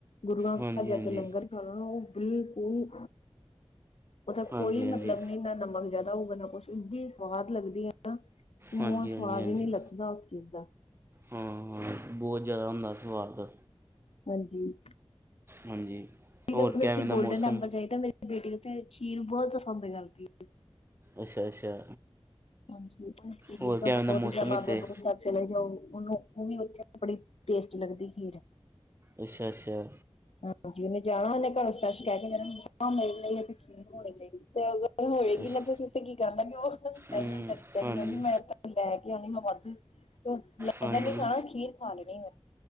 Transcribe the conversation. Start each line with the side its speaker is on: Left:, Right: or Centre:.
Left: ਗੁਰੂਆਂ ਘਰ
Right: ਹਾਂਜੀ
Left: ਜਾ
Right: ਹਾਂਜੀ
Left: ਕੇ ਲੰਗਰ। ਹਾਂ ਉਹ ਬਿਲਕੁਲ, ਉਹਦਾ
Right: ਹਾਂਜੀ
Left: ਕੋਈ
Right: ਹਾਂਜੀ
Left: ਮਤਲਬ ਨੀ ਨਾ ਨਮਕ। ਜ਼ਿਆਦਾ ਹੋਊਗਾ ਨਾ ਕੁੱਛ ਏਡੀ ਸਵਾਦ ਲੱਗਦੀ ਹੈ ਨਾ, ਕਿ ਮੂੰਹੋਂ
Right: ਹਾਂਜੀ ਹਾਂਜੀ
Left: ਸਵਾਦ
Right: ਹਾਂਜੀ
Left: ਹੀ ਨੀ ਲੱਥਦਾ ਉਸ ਚੀਜ਼ ਦਾ।
Right: ਹਾਂ ਹਾਂ ਬਹੁਤ ਜ਼ਿਆਦਾ ਹੁੰਦਾਂ ਸਵਾਦ।
Left: ਹਾਂਜੀ।
Right: ਹਾਂਜੀ।
Left: ਜੇ
Right: ਹੋਰ
Left: ਦੇਖੋਂ
Right: ਕਿਵੇਂ
Left: ਅਸੀ
Right: ਦਾ
Left: ਗੋਲਡਨ
Right: ਮੌਸਮ
Left: ਟੈਂਪਲ ਜਾਈਦਾ, ਮੇਰੀ ਬੇਟੀ ਓਥੇ ਖੀਰ ਨੂੰ ਬਹੁਤ ਪਸੰਦ ਕਰਦੀਂ‌।
Right: ਅੱਛਾ ਅੱਛਾ
Left: ਹਾਂਜੀ
Right: ਹੋਰ ਕਿਵੇਂ
Left: ਬਹੁਤ
Right: ਦਾ ਮੌਸਮ
Left: ਗਿਆ ਬਾਂਬਾ
Right: ਇੱਥੇ
Left: <unintelligible> ਸਾਹਿਬ। ਚਲੇ ਜਾਓ ਉਹਨੂੰ ਉਹ ਵੀ ਉੱਥੇ ਬੜੀ ਟੇਸਟ ਲੱਗਦੀ ਖੀਰ।
Right: ਅੱਛਾ- ਅੱਛਾ।
Left: ਹਾਂਜੀ ਉਹਨੇਂ ਜਾਣਾਂ ਉਹਨੇਂ ਘਰੋਂ ਸਪੈਸ਼ਲ ਕਹਿ ਕੇ ਜਾਣਾਂ ਮੰਮਾ ਮੇਰੇ ਲਈ ਉੱਥੇ ਖੀਰ ਹੋਣੀਂ ਚਾਹੀਦੀ। ਹੋਏਗੀ
Right: ਅੱਛਾ
Left: ਨਾ ਤੁਸੀ ਉੱਥੇ ਕੀ ਕਰਨਾ ਕਿ ਉਹ ਸਪੈਸ਼ਲ
Right: ਹੂੰ,
Left: ਚੱਲ ਕੇ ਆਏਂਗੀ
Right: ਹਾਂਜੀ
Left: ਕਹੂੰਗੀ ਮੈਂ ਉੱਥੇ। ਲੈ ਕੇ ਆਉਂਣੀ ਮੈਂ ਵੱਧ, ਲੰਗਰ
Right: ਹਾਂਜੀ
Left: ਨੀ ਖਾਣਾਂ ਖ਼ੀਰ ਖਾਂ ਲੈਣੀ ਮੈਂ।